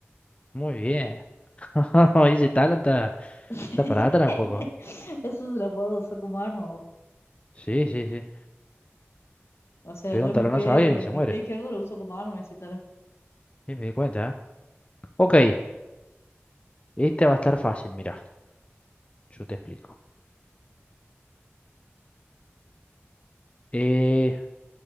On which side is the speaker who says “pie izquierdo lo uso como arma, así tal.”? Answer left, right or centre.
Left